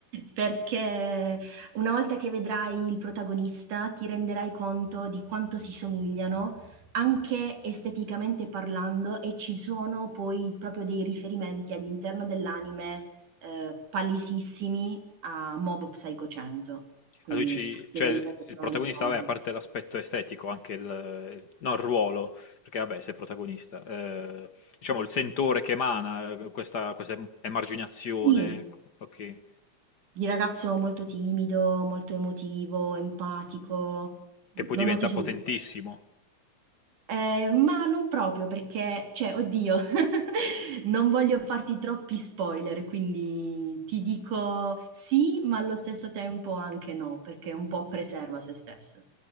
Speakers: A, on the right; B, on the left.
A: Perché una volta che vedrai il protagonista, ti renderai conto di quanto si somigliano, anche esteticamente parlando, e ci sono poi proprio dei riferimenti all'interno dell'anime, ehm, palesissimi a Mob Psycho 100. Quindi
B: A lui ci,
A: ti
B: cioè,
A: renderai totalmente
B: il protagonista,
A: conto.
B: vabbè, a parte l'aspetto estetico, anche il, no, il ruolo, perché vabbè, sei protagonista, eh, diciamo il sentore che emana, eh, questa, questa emarginazione,
A: Sì,
B: ok,
A: di ragazzo molto timido, molto emotivo, empatico, l
B: che poi
A: lo
B: diventa
A: noti subito.
B: potentissimo.
A: Ehm, ma non proprio perché cioè oddio, <laughs> non voglio farti troppi spoiler, quindi ti dico sì, ma allo stesso tempo anche no, perché un po' preserva se stesso.